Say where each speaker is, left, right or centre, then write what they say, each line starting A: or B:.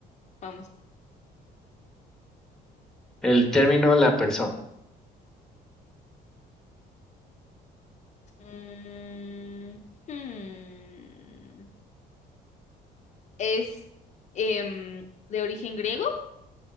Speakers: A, on the left; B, in the centre.
A: Vamos
B: El término la persona.
A: Mm, hmm. Es em, de origen griego,